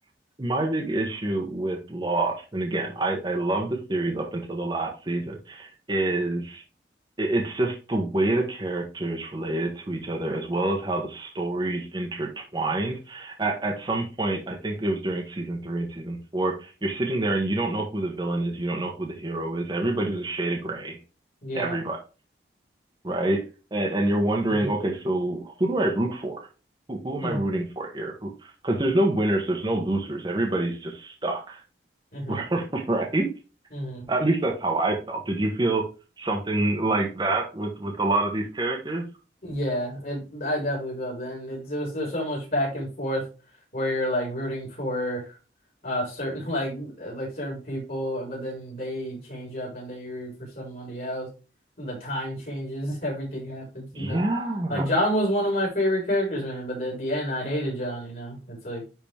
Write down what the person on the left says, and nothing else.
Yeah.
hmm
hmm
hmm
hmm
Yeah, it I definitely felt that. And it, it was there's so much back and forth where you're like rooting for uh certain <laughs> like uh, like certain people, but then they change up and then you root for somebody else. And the time changes, <laughs> everything happens,
you know. Like John was one of my favorite characters, man, but at the end I hated John, you know. It's like